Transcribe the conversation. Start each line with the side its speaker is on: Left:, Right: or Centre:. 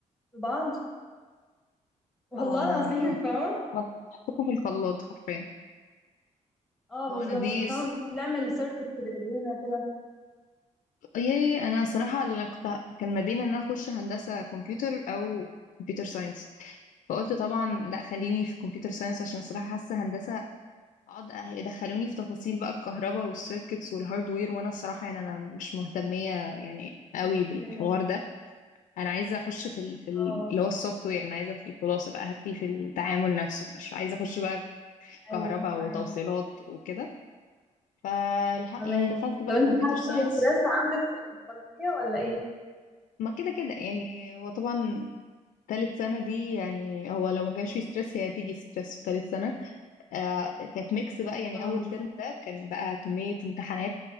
Centre: في بعض والله
Left: اه
Centre: العظيم
Left: آه.
Centre: فاهمة
Left: حطكم في الخلاط حرفيا
Centre: اه
Left: هو
Centre: بالظبط
Left: انا دي
Centre: فاهمة بنعمل circuits بايدينا كده
Left: يا انا صراحه انا كنت كان ما بين ان انا اخش هندسه كمبيوتر او كمبيوتر ساينس فقلت طبعا لا خليني في كمبيوتر ساينس عشان صراحه حاسه هندسه اقعد يدخلوني في تفاصيل بقى الكهرباء والسيركتس والهاردوير وانا الصراحه يعني انا مش مهتميه يعني قوي
Centre: اوكي
Left: بالحوار ده انا عايزه اخش في ال... في ال...
Centre: اه
Left: اللي هو السوفت وير انا عايزه في الخلاصه بقى هاتلي في التعامل نفسه مش عايزه اخش بقى
Centre: ايوه
Left: كهرباء
Centre: ايوه
Left: وتوصيلات وكده فالحق
Centre: فهماكي
Left: يعني دخلت بقى
Centre: طب انت
Left: كمبيوتر
Centre: حاسه
Left: ساينس
Centre: بستريس عندك في الكليه ولا ايه
Left: ما كده كده يعني هو طبعا تالت سنة دي يعني هو لو ما كانش في ستريس هي هتيجي ستريس في تالت سنة آه كانت ميكس بقى يعني
Centre: اه
Left: أول ترم ده كان بقى كمية امتحانات